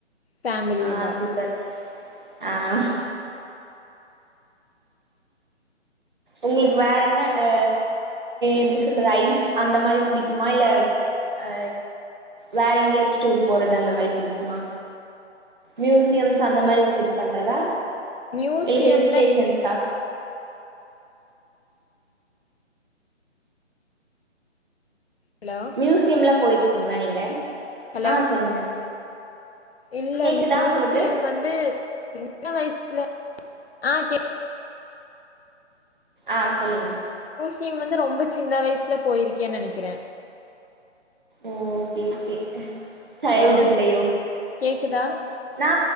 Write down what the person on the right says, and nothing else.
ஆ
சூப்பர் ஆ உங்களுக்கு வேற என்ன அ எப்டி சொல்றது ஐஸ் அந்த மாரி புடிக்குமா இல்ல அ வேற எங்கேயாச்சு டூர் போறது அந்த மாரி புடிக்குமா மியூசியம்ஸ் அந்த மாரி விசிட் பண்றதா
இல்ல ஹில்ஸ்டேஷன்ஸ்ஸா
மியூசியம்ல்லா போயி ருக்கீங்ளா நீங்க
ஆ சொல்லுங்க
கேக்குதா
உங்களுக்கு
ஆ சொல்லுங்க
ஓ ஓகே ஓகே சைல்டுவுட்லேயோ
நா